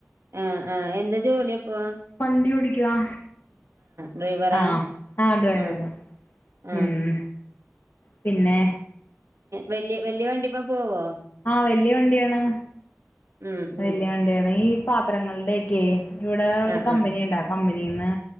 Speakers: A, on the right; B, on the left.
A: ഉം ഉം എന്താ ജോലിയപ്പോ
B: വണ്ടി ഒടിക്കവാ
A: ഡ്രൈവറാ
B: ആഹ ആ ഡ്രൈവരാ
A: ആഹ് ആഹ്
B: ഉം പിന്നെ
A: വല്യ വല്യ വണ്ടിമ്മ പോവോ
B: ആഹ വല്യ വണ്ടിയാണ്
A: ഉം
B: വല്യ
A: ഉം
B: വണ്ടി യാണ് ഈ പാത്രങ്ങളുടെയക്കെ ഇവിടെ ഒരു
A: ആഹ്
B: കമ്പനി
A: ആഹ്
B: ഉണ്ടാർന്ന് കമ്പനിന്ന്